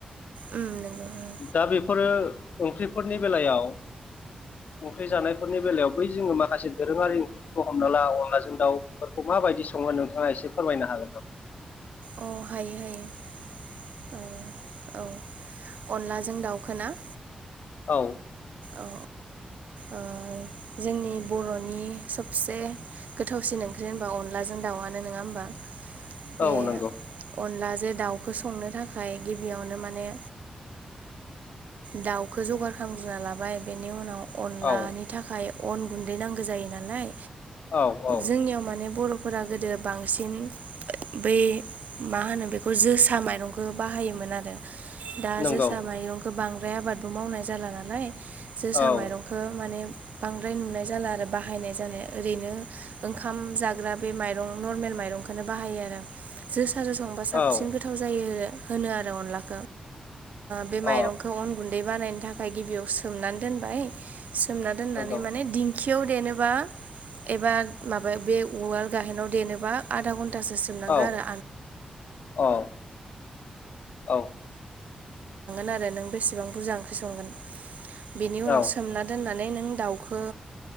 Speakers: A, on the right (about 70°); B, on the left (about 65°).
A: उम नंगौ उम
B: दा बेफोर आरो ओंख्रिफोरनि बेलायाव ओंख्रि जानायफोरनि बेलायाव बै जोङो माखासे दोरोङारि ओंख्रि हमना ला अनलाजों दाउफोरखौ माबायदि सङो नोंथाङा एसे फोरमायनो हागोन।
A: औ हायो हायो औ। औ अनलाजों दाउखोना
B: औ।
A: औ औ जोंनि बर'नि सबसे गोथावसिन ओंख्रि होनबा अनलाजों दाउआनो नङा होमबा
B: औ
A: बे
B: नंगौ
A: अनलाजोंे दाउखौ संनो थाखाय गिबियावनो माने दाउखौ जगार खालामग्रोना लाबो माय बेनि उनाव अनलानि
B: औ
A: थाखाय अन गुन्दै नांगौ जायो नालाय।
B: औ औ
A: जोंनियाव माने बर'फोरा गोदो बांसिन बै मा होनो बेखौ जोसा माइरंखौ बाहायोमोन आरो। दा
B: नंगौ
A: जोसा माइरंखौ बांद्राय आबादबो मावनाय जाला नालाय जोसा
B: औ
A: माइरंखौ। खौ माने बांद्राय नुनाय जाला आरो बाहायनाय जानाया ओरैनो ओंखाम जाग्रा बे माइरं नर्मेल माइरंखौोननो बाहायो आरो जोसा जो संब बा साबसिन
B: औ
A: गोथाव जायो होनो आरो अनलाखौ बे
B: अ
A: माइरंखौ अन गुन्दै बानायनो थाखाय गिबियाव सोमनानै दोनबाय सोमना दोननानै
B: नंगौ
A: माने दिं खियाव देनोोबा एबा माबायाव बे उवाल गाहेनाव देनोबा आधा घन्टासो <inaudible> सोमोननांगोन
B: औ औ औ
A: आरो नों बेसेबां बुरजा ओंख्रि संगोन बेनि उनाव
B: औ
A: सोन दोननानै नों दाउखौ